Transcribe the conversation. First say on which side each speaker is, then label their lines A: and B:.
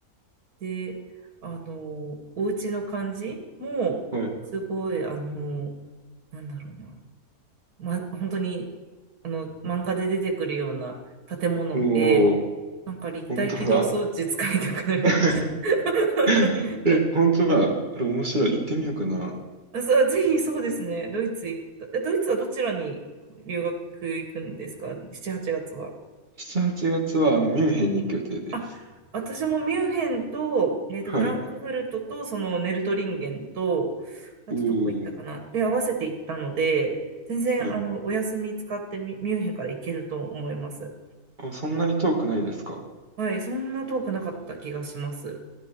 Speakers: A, on the right (about 80°); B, on the right (about 30°).
A: で、あの、お家の感じも、
B: はい。
A: すごい、あの、なんだろうな、ま、本当に、あの、漫画で出てくるような建物で、
B: おお、
A: なんか立体起動装置使いたくなりました。
B: 本当だ。<laughs>
A: <laughs>
B: <laughs> え、本当だ。これ面白い。行ってみようかな。
A: あ、そう、ぜひそうですね。ドイツ行った。え、ドイツはどちらに留学行くんですか ?7、8月は。
B: 7、8月は、あの、ミュンヘンに行く予定です。
A: あ、私もミュンヘンと、えっと、
B: はい。
A: フランクフルトと、そのネルトリンゲンと、あとどこ行ったかなで、
B: お
A: 合わせて行ったので、全然、
B: おはい。
A: あの、お休み使ってミ、ミュンヘンから行けると思います。
B: あ、そんなに遠くないですか
A: はい、そんな遠くなかった気がします。